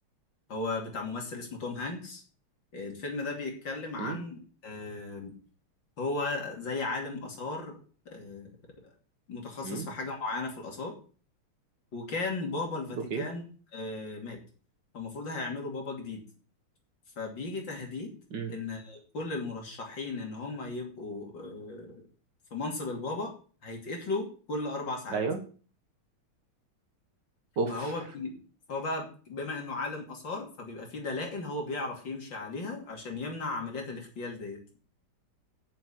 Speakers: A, on the left; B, on the right.
A: هو بتاع ممثل اسمه توم هانكس آه، الفيلم ده بيتكلم عن
B: امم
A: آه هو زي عالم آثار آه متخصص
B: امم
A: في حاجة معينة في الآثار وكان بابا الفاتيكان
B: اوكي
A: آه، مات فالمفروض هيعملوا بابا جديد فبيجي تهديد
B: امم
A: ان كل المرشحين ان هم يبقوا آه، في منصب البابا هيتقتلوا كل اربع ساعات
B: ايوه اوف
A: فهو بي... فهو بقى بما انه عالم اثار فبيبقى فيه دلائل هو بيعرف يمشي عليها عشان يمنع عمليات الاغتيال ديت